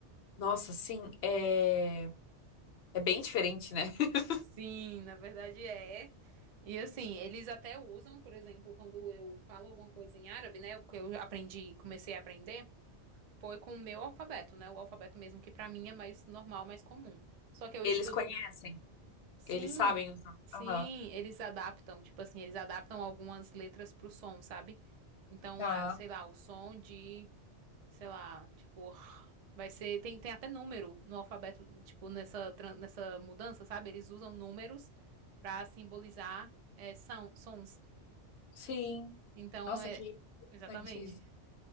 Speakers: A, on the left (about 70°); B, on the right (about 70°).
A: Nossa, sim. É... é bem diferente, né? <laughs>
B: Sim, na verdade é. E assim, eles até usam, por exemplo, quando eu falo alguma coisa em árabe, né? O que eu aprendi, comecei a aprender, foi com o meu alfabeto, né? O alfabeto mesmo que pra mim é mais normal, mais comum. Só que eu
A: Eles
B: estudo.
A: conhecem.
B: Sim,
A: Eles sabem usar.
B: sim,
A: Aham.
B: eles adaptam. Tipo assim, eles adaptam algumas letras pro som, sabe? Então,
A: Tá.
B: ah, sei lá, o som de. sei lá, tipo, vai ser, tem, tem até número no alfabeto, tipo, nessa, tran- nessa mudança, sabe? Eles usam números pra simbolizar é, são, sons.
A: Sim.
B: Então,
A: Nossa,
B: é,
A: que importante
B: exatamente.